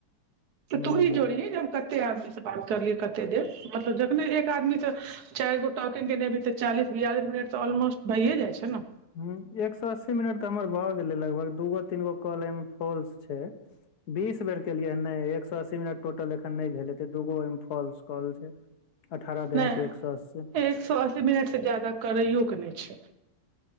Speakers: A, on the left; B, on the right.
A: हूं
B: तूही
A: हूं
B: जोड़िय जे हम कते आदमी से बात करलियै कते देर मतलब जखने एक आदमी से चारि गोटा से चालीस बियालस मिनट ऑलमोस्ट भइए जाइ छै ने
A: हु एक सए अस्सी मिनट त हमर भगेलै लगभग दूगो तीन गो कल एहिमे फॉल्स छै बीस बेर केलियै ह नहि एक सए अस्सी मिनट टोटल एखन नहि भेल एते दूगो ओहिमे फॉल्स कॉल छै। अठारह
B: नहि
A: दहके एक सो अस्सी।
B: एक सो अस्सी मिनट से जादा करैयोक के नहि छै।